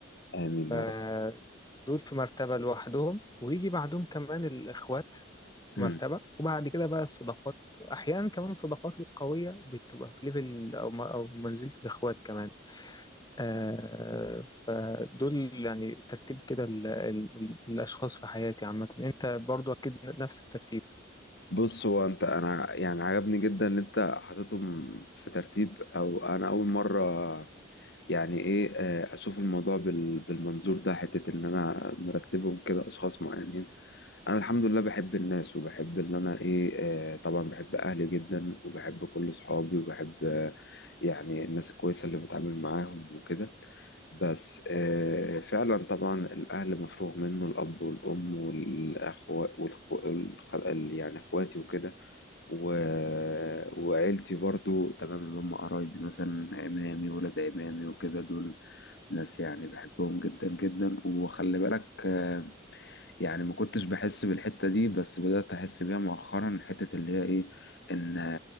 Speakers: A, on the left; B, on the left.
A: امين
B: فدول
A: يا رب
B: في مرتبه لوحدهم ويجي بعدهم كمان الاخوات مرتبة
A: مم.
B: وبعد كده بقى الصداقات أحيانا كمان الصداقات القوية بتبقى في ليفل أو أو منزلة الإخوات كمان آه فدول يعني ترتيب كده ال ال ال- الأشخاص في حياتي عامة أنت برضو أكيد نفس الترتيب
A: بص هو انت انا يعني عجبني جدا ان انت حاططهم في ترتيب او انا اول مرة يعني ايه آه، اشوف الموضوع بال- بالمنظور ده حتة ان انا مرتبهم كده اشخاص معينين انا الحمد لله بحب الناس وبحب ان انا ايه آه طبعا بحب اهلي جدا وبحب كل اصحابي وبحب آه يعني الناس الكويسه اللي بتعامل معاهم وكده بس آه فعلا طبعا الاهل مفروغ منه الاب والام والاخوات والخ... يعني اخواتي وكده و... وعيلتي برضو تمام اللي هم قرايبي مثلا عمامي ولاد عمامي وكده دول ناس يعني بحبهم جدا جدا وخلي بالك آه، يعني ما كنتش بحس بالحتة دي بس بدأت أحس بيها مؤخرا حتة اللي هي إيه إن